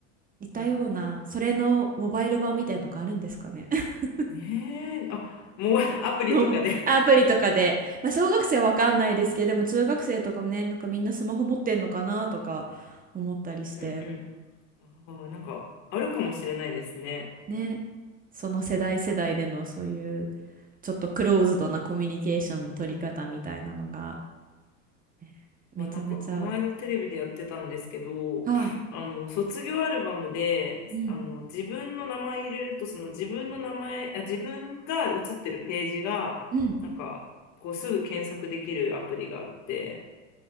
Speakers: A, on the right (about 20°); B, on the left (about 50°).
A: 似たような、
B: うん。
A: それのモバイル版みたいなのがあるんですかね。<laughs>
B: ねえ、あ、もうアプリとかで。
A: もうアプリとかで。まあ、小学生はわかんないですけど、でも中学生とかもね、なんかみんなスマホ持ってんのかなとか思ったりして。
B: うん、うん。あー、なんかあるかもしれないですね。
A: ね、その世代世代でのそういうちょっとクローズドなコミュニケーションの取り方みたいなのがねめちゃめちゃ、
B: はなんかこの間テレビでやってたんですけど、
A: はい。
B: あの卒業アルバムであの自分の名前入れるとその自分の名前、
A: うん。
B: あ、自分が写ってるページがなんかこうすぐ検索できるアプリがあって、
A: うん。